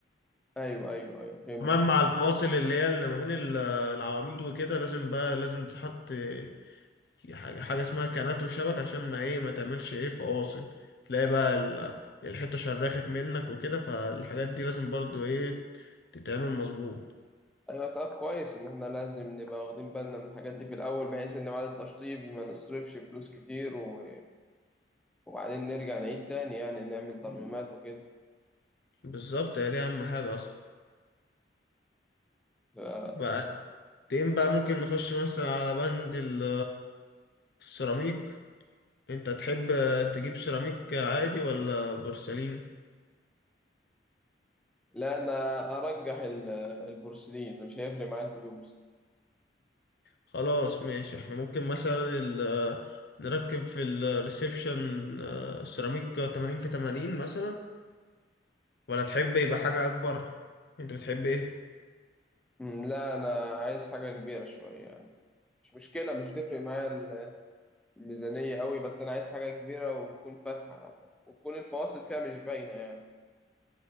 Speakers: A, in the centre; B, on the left (about 60°).
A: أيوة أيوة أيوة فهمت
B: كمان
A: الفكرة
B: مع الفواصل اللي هي اللي ما بين ال- العواميد وكده لازم بقى لازم تتحط في حاجه حاجه اسمها كانات وشبك عشان ما ايه ما تعملش ايه فواصل تلاقي بقى ال- الحته شرخت منك وكده فالحاجات دي لازم برضو ايه تتعمل مظبوط
A: أيوة طب كويس إن احنا لازم نبقى واخدين بالنا من الحاجات دي في الأول بحيث إن بعد التشطيب ما نصرفش فلوس كتير و... وبعدين نرجع نعيد تاني يعني نعمل ترجمات وكده
B: بالظبط هي دي اهم حاجه اصلا
A: آه،
B: بقى تين بقى ممكن نخش مثلا على بند ال- السيراميك انت تحب تجيب سيراميك عادي ولا بورسلين
A: لا أنا أرجح ال- البورسلين مش هيفرق معايا الفلوس
B: خلاص ماشي احنا ممكن مثلا ال- نركب في الريسبشن آه، سيراميك 80 في 80 مثلا ولا تحب يبقى حاجة اكبر انت بتحب ايه
A: أمم، لا أنا عايز حاجة كبيرة شوية يعني مش مشكلة مش هتفرق معايا ال- الميزانية قوي بس أنا عايز حاجة كبيرة وتكون فاتحة وتكون الفواصل فيها مش باينة يعني